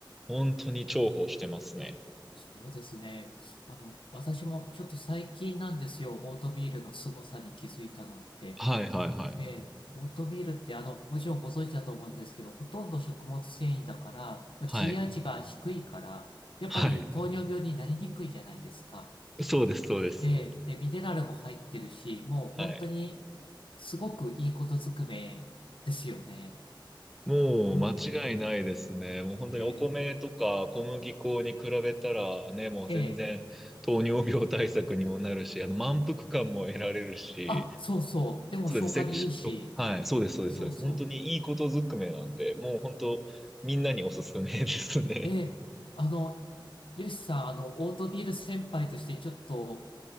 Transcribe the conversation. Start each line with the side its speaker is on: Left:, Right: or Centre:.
Centre: 本当に重宝してますね。
Left: そうですね。あの、私もちょっと最近なんですよ。オートミールの凄さに気づいたのって。
Centre: はいはいはい。
Left: ええ、オートミールってあの、もちろんご存知だと思うんですけど、ほとんど食物繊維だから、まあ
Centre: はい。
Left: GI 値が低いから、やっぱり糖尿病になりにくいじゃないですか。
Centre: はい。そうです、そうです。
Left: ええ、で、ミネラルも入ってるし、もう本当に
Centre: はい。
Left: すごくいいことずくめですよね。
Centre: もう間違いないですね。
Left: ほん
Centre: もう本当にお米とか小麦粉に比べたらね、
Left: え
Centre: もう全然糖尿病対策にもなるし、
Left: え、ええ、
Centre: あの満腹感も得られるし、
Left: あ、そうそう。でも消化にいいし、
Centre: そうです。せしはい、そうです、そうです、
Left: そうそ
Centre: そうです。本当にいいことずくめなんで、もう本当みんなにおすすめですね。
Left: う。ええ、あの、よしさん、あの、オートミール先輩としてちょっと、